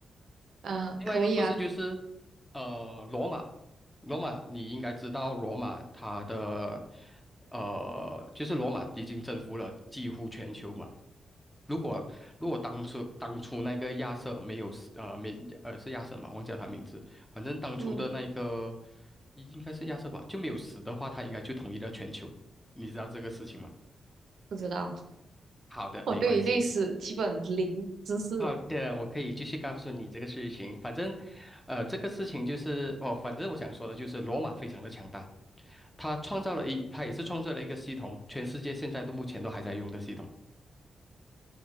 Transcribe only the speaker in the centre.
另外一个故事就是，
呃，罗马，罗马你应该知道，罗马它的呃，就是罗马已经征服了几乎全球嘛。如果如果当初当初那个亚瑟没有死，呃没呃是亚瑟嘛，忘记了他名字，反正当初的那个
应该是亚瑟吧，就没有死的话，他应该就统一了全球。你知道这个事情吗？
好的，
没关系。好的，我可以继续告诉你这个事情。反正，呃，这个事情就是哦，反正我想说的就是，罗马非常的强大，他创造了一，他也是创造了一个系统，全世界现在都目前都还在用的系统。